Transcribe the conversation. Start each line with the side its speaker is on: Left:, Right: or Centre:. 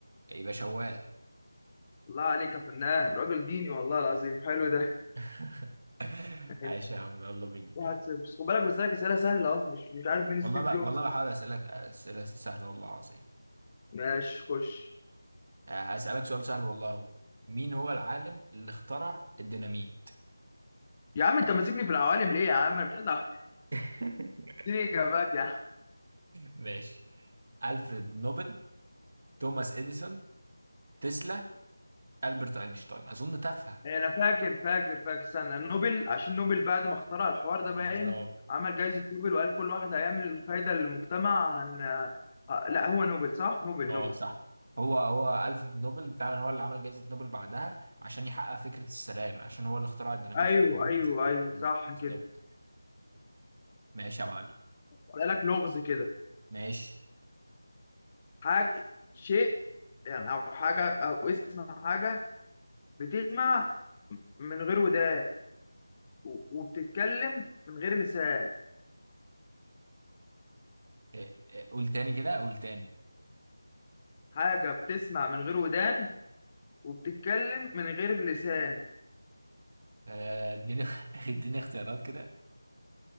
Right: يبقى شوال
Left: الله عليك يا فنان راجل ديني والله العظيم حلو ده
Right: <laughs>
Left: ماشي
Right: ماشي يا عم يلا بينا
Left: واحد صفر. بس خد بالك بسالك اسئله سهله اهو مش مش عارف مين
Right: والله
Left: ستيف
Right: بقى
Left: جوبز
Right: والله بحاول اسالك اسئله سهله والله العظيم
Left: ماشي خش
Right: آه، هسالك سؤال سهل والله هو. مين هو العالم اللي اخترع الديناميت
Left: يا عم انت ماسكني في العوالم ليه يا عم انا مش عايز أعرف.
Right: <laughs>
Left: اديني اجابات يا عم
Right: ماشي ألفريد نوبل توماس إديسون تسلا ألبرت أينشتاين أظن تافهة
Left: إيه، انا فاكر فاكر فاكر استنى نوبل عشان نوبل بعد ما اخترع الحوار ده باين
Right: بالظبط
Left: عمل جائزة نوبل وقال كل واحد هيعمل فايدة للمجتمع عن آه، لا هو نوبل صح نوبل
Right: اه
Left: نوبل
Right: صح هو هو ألفريد نوبل فعلا هو اللي عمل جائزة نوبل بعدها عشان يحقق فكرة السلام عشان هو اللي اخترع الديناميت
Left: ايوه
Right: <laughs> في الناس
Left: ايوه
Right: تستخدمه.
Left: ايوه صح
Right: بالظبط
Left: كده
Right: ماشي يا معلم
Left: قال لك لغز كده
Right: ماشي
Left: حاجة شيء يعني او حاجة او اسم حاجة بتسمع من غير ودان و- وبتتكلم من غير لسان
Right: إيه، إيه، قول تاني كده قول تاني
Left: حاجة بتسمع من غير ودان وبتتكلم من غير لسان
Right: آه، اديني <laughs> اديني اختيارات كده